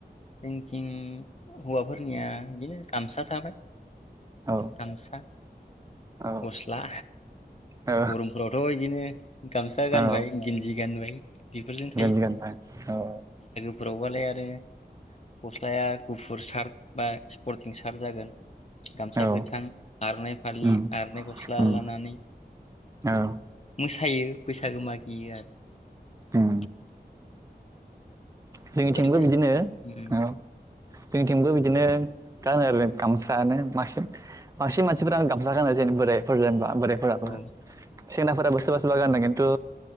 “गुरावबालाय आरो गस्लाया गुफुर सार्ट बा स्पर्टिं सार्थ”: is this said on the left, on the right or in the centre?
Left